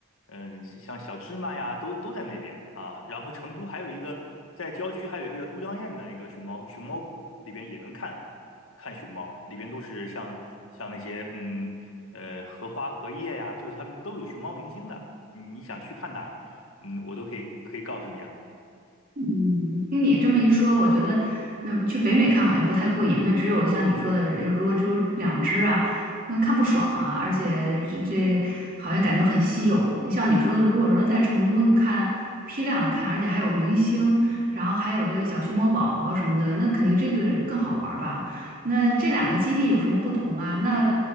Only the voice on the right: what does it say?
嗯，听你这么一说，我觉得那不去北美看好像不太过瘾。那只有像你说的，如果只有两只啊，那看不爽啊，而且这这好像感觉很稀有。像你说的，如果说在成都能看批量的看，而且还有明星，然后还有这个小熊猫宝宝什么的，那肯定这个更好玩儿吧？那这两个基地有什么不同啊？那